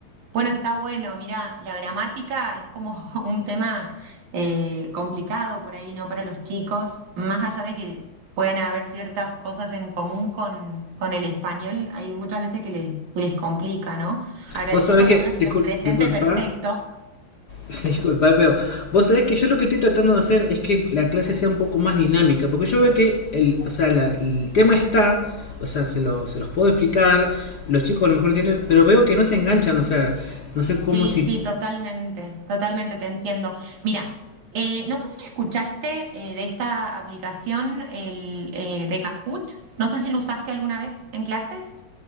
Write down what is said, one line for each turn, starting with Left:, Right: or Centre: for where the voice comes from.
Right: Bueno, está bueno. Mirá, la gramática es como <laughs> un tema eh, complicado por ahí, ¿no? Para los chicos, más allá de que pueden haber ciertas cosas en común con, con el español, hay muchas veces que les, que les complica, ¿no? Agradecer
Left: vos sabés
Right: por
Left: que,
Right: lo menos que
Left: discul-
Right: no es presente
Left: disculpa,
Right: perfecto.
Left: <laughs> disculpa, pero vos sabés que yo lo que estoy tratando de hacer es que la clase sea un poco más dinámica, porque yo veo que el, o sea, la- el tema está, o sea, se, lo- se los puedo explicar, los chicos a lo mejor no entienden, pero veo que no se enganchan, o sea, no sé cómo
Right: Sí,
Left: si
Right: sí, totalmente, totalmente te entiendo. Mira, eh, no sé si escuchaste eh, de esta aplicación el, eh, de Kahoot, no sé si lo usaste alguna vez en clases.